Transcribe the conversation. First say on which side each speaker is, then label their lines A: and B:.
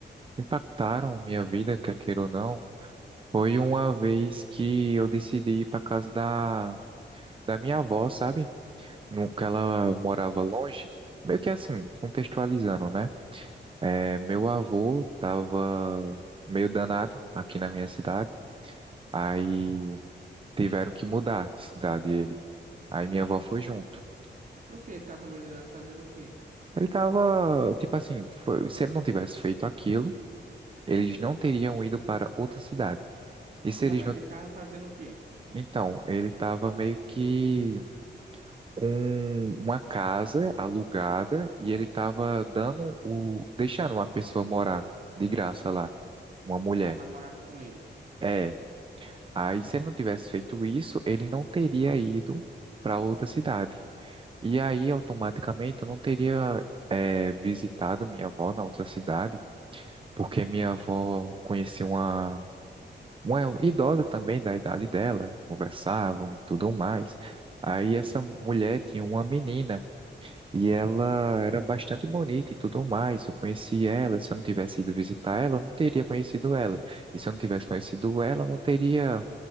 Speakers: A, on the right; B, on the right.
A: impactaram minha vida, quer queira ou não, foi uma vez que eu decidi ir pra casa da, da minha avó, sabe? No- Que ela morava longe. Meio que assim, contextualizando, né? É, meu avô tava meio danado aqui na minha cidade, aí tiveram que mudar de cidade ele. Aí minha avó foi junto.
B: Porque ele tava me olhando fazendo o quê?
A: Ele tava, tipo assim, foi- se ele não tivesse feito aquilo, eles não teriam ido para outra cidade. E se
B: Não,
A: eles
B: mas
A: não,
B: ele tava fazendo o quê?
A: então, ele tava meio que com uma casa alugada e ele tava dando o, deixando uma pessoa morar de graça lá, uma mulher.
B: Pra namorar com ele.
A: É, aí se ele não tivesse feito isso, ele não teria ido para outra cidade. E aí, automaticamente, eu não teria, é, visitado minha avó na outra cidade porque minha avó conhecia uma, uma idosa também da idade dela, conversavam e tudo mais. Aí essa mulher tinha uma menina e ela era bastante bonita e tudo mais. Eu conheci ela, se eu não tivesse ido visitar ela, eu não teria conhecido ela. E se eu não
B: Sim,
A: tivesse conhecido
B: sim.
A: ela, eu não teria